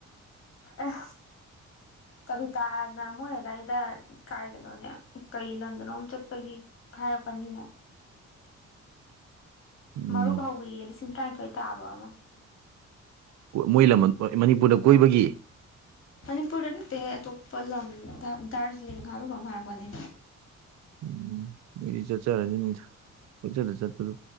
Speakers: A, on the left; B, on the right.
A: ꯑꯦ ꯀꯕꯤꯇꯥꯅ ꯃꯣꯏ ꯑꯗꯨꯗꯥꯋꯥꯏꯗ ꯀꯥꯏꯒꯅꯣꯅꯦ ꯀꯩ ꯂꯝꯗꯅꯣ ꯑꯃꯝ ꯆꯠꯄꯒꯤ ꯍꯥꯏꯔꯛꯄꯅꯤꯅꯦ
B: ꯎꯝ
A: ꯃꯔꯨꯞ ꯍꯋꯤ ꯂꯤꯁꯤꯡ ꯇꯔꯥꯅꯤꯊꯣꯏ ꯇꯥꯕ ꯑꯃ
B: ꯃꯣꯏ ꯃꯅꯤꯄꯨꯔꯗ ꯀꯣꯏꯕꯒꯤ
A: ꯃꯅꯤꯄꯨꯔꯗꯅ ꯇꯦ ꯇꯣꯞꯄꯜ ꯂꯝ ꯗꯥꯔꯖꯤꯂꯤꯡꯒꯔꯒꯔ ꯃꯥꯔꯒꯅꯤ
B: ꯎꯝ ꯃꯗꯤ ꯆꯠꯆꯔꯅꯤ ꯅꯨꯃꯤ ꯀꯆꯗ ꯆꯠꯄꯗꯨ